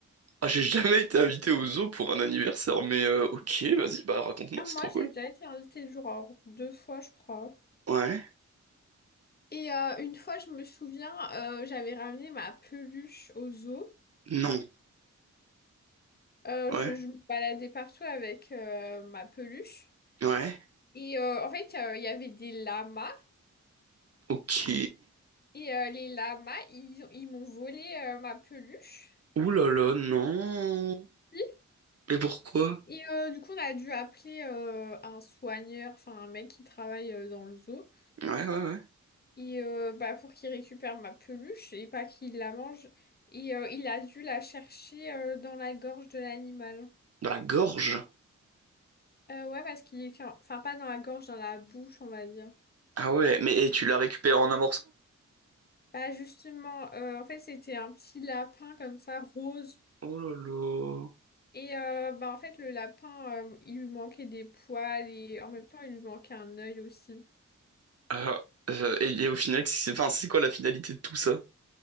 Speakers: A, on the right (about 50°); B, on the left (about 30°).
A: Ah, j'ai jamais été invité au zoo pour un anniversaire, mais euh, ok, vas-y, bah raconte-moi,
B: Ah,
A: c'est
B: moi
A: trop
B: j'ai
A: cool.
B: déjà été invitée genre deux fois, je crois.
A: Ouais,
B: Et euh, une fois, je me souviens, euh, j'avais ramené ma peluche au zoo.
A: non,
B: Euh,
A: ouais,
B: je, je me baladais partout avec euh, ma peluche.
A: ouais,
B: Et euh, en fait, euh, il y avait des lamas.
A: Ok.
B: Et euh, les lamas, ils, ils m'ont volé euh, ma peluche.
A: Ouh là là, non.
B: Oui.
A: Mais pourquoi?
B: Et euh, du coup, on a dû appeler euh, un soigneur, enfin un mec qui travaille euh, dans le zoo.
A: ouais, ouais, ouais.
B: Et euh, bah, pour qu'il récupère ma peluche et pas qu'il la mange. Et euh, il a dû la chercher euh, dans la gorge de l'animal.
A: Dans la gorge?
B: Euh, ouais, parce qu'il est... Enfin, enfin, pas dans la gorge, dans la bouche, on va dire.
A: Ah ouais, mais et tu l'as récupéré en un morceau?
B: Bah justement, euh, en fait, c'était un petit lapin comme ça, rose.
A: Oh là là.
B: Et euh, bah en fait, le lapin, euh, il lui manquait des poils et en même temps, il lui manquait un œil aussi.
A: Ah, euh, et, et au final, c'est enfin, c'est quoi la finalité de tout ça?